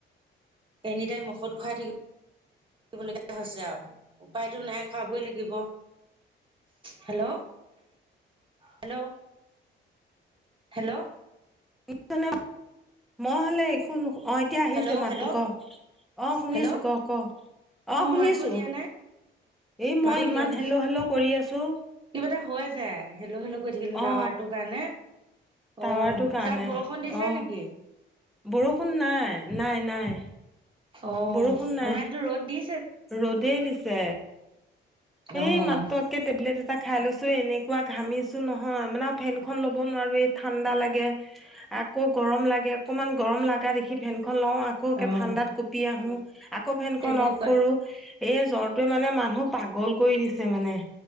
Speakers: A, on the right (about 25°); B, in the centre.
A: এনি টাইম ঔষধ খুৱাই থাকি থাকিব লগীয়া হৈছে আৰু উপায়তো নাই খোৱাবই লাগিব। হেল্লো, হেল্লো হেল্লো
B: <unintelligible> মই হ'লে একো নুশু, অ' এতিয়া আহিছে
A: হেল্ল'
B: মাতটো
A: হেল্ল'
B: ক অ' শুনিছোঁ
A: হেল্ল'
B: ক', ক' অ' শুনিছোঁ
A: মাতবোল দিয়া নাই
B: এই
A: মাতবোল
B: মই ইমান
A: দিয়া নাই
B: হেল্লো, হেল্লো কৰি আছোঁ
A: কিবা এটা হৈ যায় হেল্লো, হেল্লো কৰি থাকিলে
B: অ
A: তাৱাৰটোৰ কাৰণে
B: টাৱাৰটো
A: অ'
B: কাৰণে
A: তাত বৰষুণ দিছে
B: অ
A: নেকি?
B: বৰষুণ নাই, নাই, নাই।
A: অ' আমাৰ
B: বৰষুণ নাই
A: ইয়াটো ৰ'দ দি
B: ৰ'দেই দিছে, সেই
A: অ'
B: মাত কে টেবলেট এটা খাই লৈছোঁ এনেকুৱা ঘামিছোঁ নহয়, মানে ফেনখন ল'ব নোৱাৰোঁ, এই ঠাণ্ডা লাগে আকৌ গৰম লাগে, অকনমান গৰম লাগা দেখি ফেনখন লও আকৌ একে
A: অ'
B: ঠাণ্ডাত ক পি আহো আকৌ ফেনখন
A: তেনেকুৱা
B: অফ কৰোঁ, এই জ্বৰটোৱে মানে মানুহ পাগল কৈ দিছে মানে